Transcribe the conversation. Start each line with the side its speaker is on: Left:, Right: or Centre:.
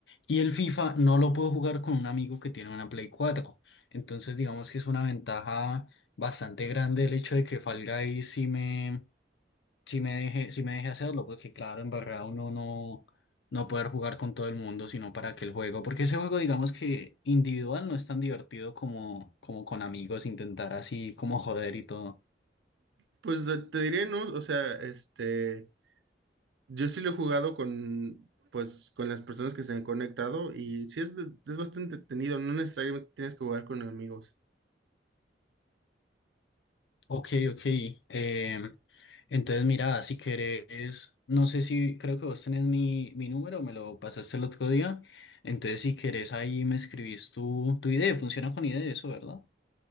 Left: Y el FIFA no lo puedo jugar con un amigo que tiene una Play cuatro Entonces, digamos que es una ventaja bastante grande el hecho de que Fall Guys sí me, si me deje, si me deje hacerlo, porque claro, en verdad uno no, no poder jugar con todo el mundo, sino para que el juego, porque ese juego digamos que individual no es tan divertido como, como con amigos, intentar así como joder y todo.
Right: Pues de- te diré, ¿no? O sea, este, Yo sí lo he jugado con, pues, con las personas que se han conectado y sí es, de- es bastante entretenido, no necesariamente tienes que jugar con amigos.
Left: Ok, ok. em, entonces mira, si querés, no sé si creo que vos tenés mi, mi número, me lo pasaste el otro día, entonces si querés ahí me escribís tu, tu idea, funciona con idea eso, ¿verdad?